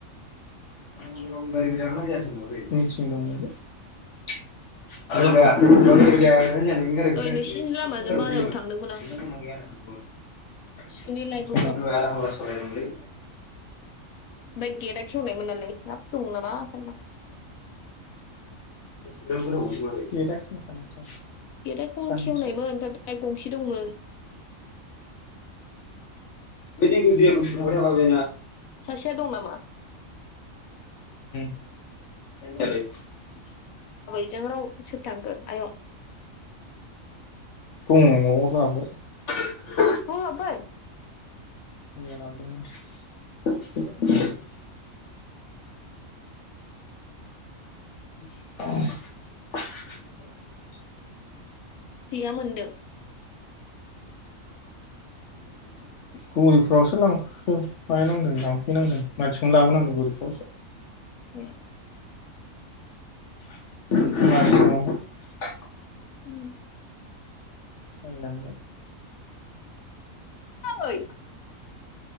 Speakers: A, on the left; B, on the left.
A: <unintelligible> <unintelligible> <unintelligible>
B: दहाय नोंसिनि
A: <unintelligible>
B: लामाजों बाजाराव थांदोंमोन आं
A: <unintelligible>
B: सुनै लायब्रबदों
A: लायलै
B: ओमफ्राय गेड खेवनायमोन नालाय, हाब दं नामा सान्दो आं।
A: <unintelligible>
B: गेडा गं
A: सानसे
B: खेवनायमोन ओमफ्राय बे गंसे दंमोन।
A: बेदिखौदेस ओमफ्राय माबाना।
B: सासेया दं नामा
A: <unintelligible> <unintelligible>
B: बिजों राव सोर थांखो आयं?
A: <unintelligible>
B: <unintelligible>
A: <inaudible> <inaudible> <unintelligible>
B: थैया मोनदों
A: गुबुनफ्रावसो लांफै नांदों लांफैनांदों मानसिखौनो लाङामोन आं गुबुनखौसो
B: ए
A: <unintelligible>
B: उम
A: माय लांंनो
B: ओइ